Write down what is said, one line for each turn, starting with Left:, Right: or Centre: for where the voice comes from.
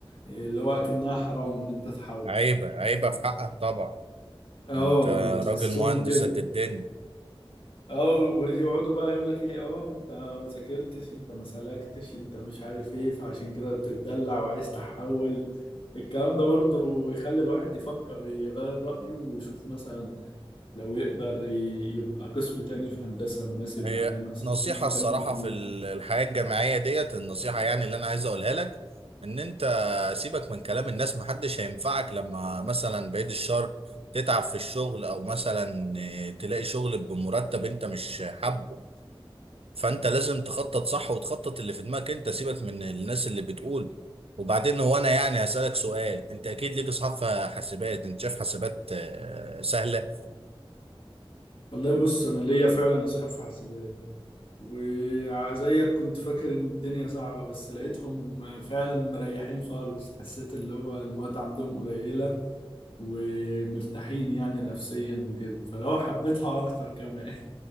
Left: آه، اللي هو اكنها حرام ان انت تحول
Right: عيبة عيبة
Left: اه
Right: في حقك طبعا
Left: آه،
Right: انت
Left: بتحسهم
Right: راجل مهندس
Left: كده
Right: قد الدنيا
Left: اه ويقعدوا بقى يقول لك ايه اه انت ما ذاكرتش انت ما سلكتش انت مش عارف ايه فعشان كده بتتدلع وعايز تحول الكلام ده برضه يخلي الواحد يفكر يغير رأيه ويشوف مثلا لو يقدر ي- يبقى قسم تاني في هندسة مناسب
Right: هي
Left: معاه مثلا
Right: نصيحة
Left: ويكمل
Right: الصراحة
Left: فيه
Right: في ال- الحياة الجامعية ديت النصيحة يعني اللي أنا عايز أقولها لك إن أنت سيبك من كلام الناس محدش هينفعك لما مثلا بعيد الشر تتعب في الشغل أو مثلا آه، تلاقي شغل بمرتب أنت مش حابه فأنت لازم تخطط صح وتخطط اللي في دماغك أنت سيبك من الناس اللي بتقول وبعدين هو أنا يعني هسألك سؤال أنت أكيد ليك أصحاب في حاسبات أنت شايف حاسبات آه، سهلة
Left: والله بص أنا ليا فعلا أصحاب في حاسبات وزيك كنت فاكر إن الدنيا صعبة بس لقيتهم فعلا مريحين خالص حسيت اللي هو المواد عندهم قليلة ومرتاحين يعني نفسيا وكده فلو حبيتها أكتر كمان